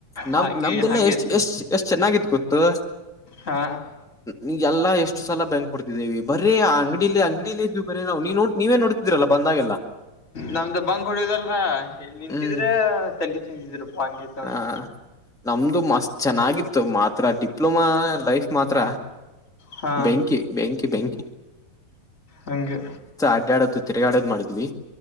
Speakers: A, in the centre; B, on the left.
A: ನಮ
B: ಹಂಗೆ
A: ನಮ್ದಲ್ಲಾ
B: ಹಂಗೆ
A: ಎಷ್ಟ್
B: ಇತ್ತು
A: ಎಷ್ಟ್ ಎಷ್ಟ್ ಚೆನ್ನಾಗತ್ತು ಗೊತ
B: ಹಾ
A: ನಿಂದ ಎಲ್ಲಾ ಎಷ್ಟು ಸಲ ಬೆಂಕ್ ಕೊಡ್ತಿದ್ದೀವಿ ಬರಿ ಆ ಅಂಗಡಿಲೇ ಅಂಗಡಿಲೇ ಇದ್ ಬರೆ ನಾವು ನೀ ನೋ ನೀವೇ ನೋಡ್ ತಿರಲ್ಲ ಬಂದಾಗೆಲ್ಲ
B: ನಮ್ದ ಬಂಕ್ ಹೊಡ್ಯದಲ್ಲ ಇಲ್ಲಿ ನಿಂತಿದ್ರೆ
A: ಹ್ಮ್
B: ತೆಲ್ಲಿ ತಿಂತಿದ್ರಪ್ರ ಅಂಗೀತ ಅಂತ
A: ಆ ನಮ್ದು ಮಸ್ತ್ ಚೆನ್ನಾಗಿತ್ತು ಮಾತ್ರ ಡಿಪ್ಲೊಮಾ ಲೈಫ್ ಮಾತ್ರ
B: ಹಾ
A: ಬೆಂಕಿ ಬೆಂಕಿ ಬೆಂಕಿ
B: ಹಂಗೆ
A: ಅಡ್ಯಾಡೋದು ತಿರ್ಗಾಡದ್ ಮಾಡದ್ವಿ